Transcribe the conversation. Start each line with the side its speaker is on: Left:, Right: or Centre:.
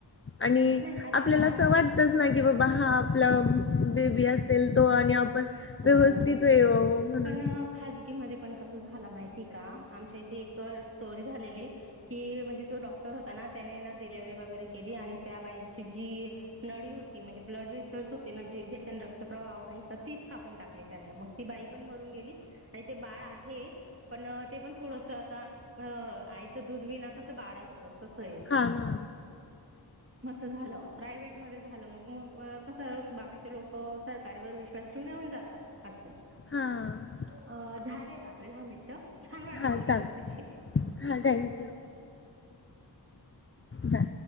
Left: आणि
Right: नाही आता
Left: आपल्याला
Right: नॉर्मल
Left: असं वाटतच ना की बाबा हा आपला बेबी अस अलतो आणि आपण
Right: हो
Left: येवावं
Right: <inaudible>
Left: म्हणून.
Right: पण खजगी म पण कस झालं माहि आमच्या इथे स्टोरी झाली की म्हणजे तो डॉक्टर होता ना त्याने डिलिव्हरी वगरे काली आणि त्या बाई ची जी नळी होती म्हणजे ब्लड बेसिल होता ना जायचा ने रक्त प्रवाह आहे तीच कापून टाकले त्याने मग ती बाई पण मरून गेली आणि ते बाळ आहे पण ते पण थोडस आता अ आईच दूध विना कस बाळ असत तस आहे
Left: हां ना.
Right: <inaudible> असं झालं प्रायवट मध्ये झालं मग मग कस बाकीचे लोक सरकारीवर विश्वास येऊन जातात असे
Left: हां.
Right: अ <inaudible> झालेत आपले दहा मिनिटं छान वाटलं
Left: हां,
Right: बोलून
Left: चालतं.
Right: तुमच्याशी <inaudible>
Left: हां, थँक यू. बाय.